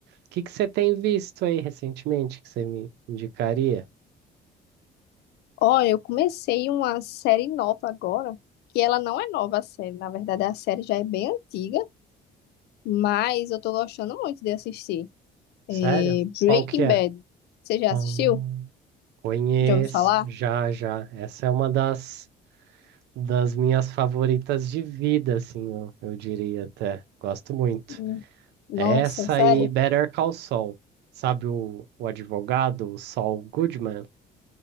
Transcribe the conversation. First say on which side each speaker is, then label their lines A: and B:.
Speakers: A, on the right; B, on the left.
A: O que que você tem visto aí recentemente que você me indicaria?
B: Olha, eu comecei uma série nova agora, que ela não é nova a série, na verdade a série já é bem antiga, mas eu tô gostando muito de assistir.
A: Sério?
B: É Breaking
A: Qual que é?
B: Bad. Você já
A: Ah,
B: assistiu?
A: Conheço,
B: Já ouviu falar?
A: já, já. Essa é uma das Das minhas favoritas de vida, assim, eu, eu diria até. Gosto muito.
B: Hum. Nossa,
A: É Essa
B: sério?
A: e Better Call Saul. Sabe o, o advogado, o Saul Goodman?